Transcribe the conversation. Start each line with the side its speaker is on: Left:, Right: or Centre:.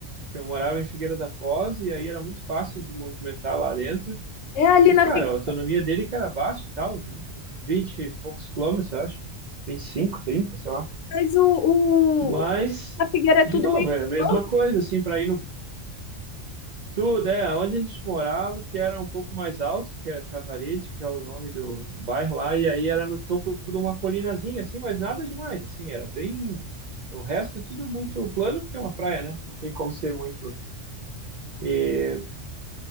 Right: que eu morava em Figueira da Foz, e aí era muito fácil de movimentar lá dentro.
Left: É ali
Right: E, cara,
Left: na Figueira,
Right: a autonomia dele que era baixa e tal, vinte vinte e poucos quilômetros, eu acho. vinte e cinco 30, sei lá.
Left: mas o,
Right: Mas,
Left: o, a Figueira é
Right: de
Left: tudo
Right: novo,
Left: meio
Right: é a mesma
Left: urbano.
Right: coisa, assim, para ir no tudo, é, onde a gente morava, que era um pouco mais alto, que é Tavaride, que é o nome do, do bairro lá, e aí era no topo de uma colinazinha, assim, mas nada demais, assim, era bem... O resto é tudo muito plano, porque é uma praia, né? Não tem como ser muito... E,